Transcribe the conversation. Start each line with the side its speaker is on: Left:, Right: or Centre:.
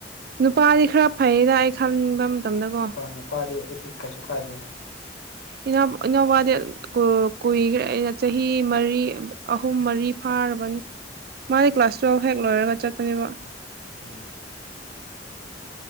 Right: ꯅꯨꯄꯥꯗꯤ ꯈꯔ ꯐꯩꯌꯦꯗ ꯑꯩ ꯈꯟꯕ ꯃꯇꯝꯗꯀꯣ
Left: ꯅꯨꯄꯥ ꯅꯨꯄꯥꯗꯤ ꯀꯩꯁꯨ ꯀꯥꯏꯗꯦ ꯍ
Right: ꯏꯅꯥꯎ ꯏꯅꯥꯎꯅꯨꯄꯥꯗꯤ ꯀꯨꯏꯈ꯭ꯔꯦ ꯑꯩꯅ ꯆꯍꯤ ꯃꯔꯤ ꯑꯍꯨꯝ ꯃꯔꯤ ꯐꯥꯔꯕꯅꯤ ꯃꯥꯗꯤ
Left: ꯎꯝ
Right: ꯀ꯭ꯂꯥꯁ ꯇꯨꯋꯦꯜꯐ ꯍꯦꯛ ꯂꯣꯏꯔꯒ ꯆꯠꯄꯅꯦꯕ
Left: ꯎꯝ